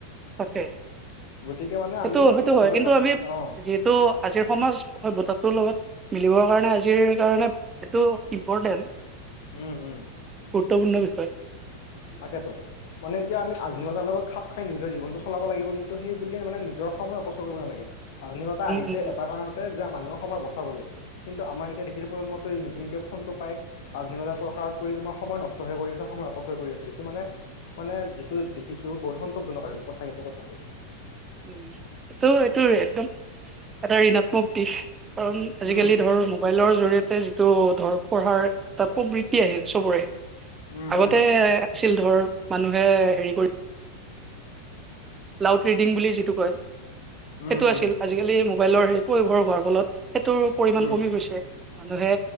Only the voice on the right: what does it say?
থাকে।
সেইটো
সেইটো
হয় কিন্তু আমি
যিহেতু আজিৰ সমাজ সভ্যতাটোৰ লগত মিলিবৰ কাৰণে আজিৰ কাৰণে এইটো ইম্পৰ্টেন্ট।
গুৰুত্বপূৰ্ণ বিষয়।
উম
উম উম
উম সেইটো এইটো একদম এটা ঋণাত্মক দিশ। কাৰণ আজিকালি
ধৰ মোবাইলৰ জৰিয় তে যিটো ধৰ পঢ়াৰ এটা প্ৰবৃত্তি আহিল চবৰে
আগতে
আছিল ধৰ মানুহে হেৰি কৰি লাউড ৰিডিং বুলি যিটো কয়
সেইটো
আছিল আজিকালি মোবাইলৰ সেই প্ৰয়োভৰ হোৱাৰ ফলত, সেইটোৰ পৰিমণ
কমি গৈছে মানুহে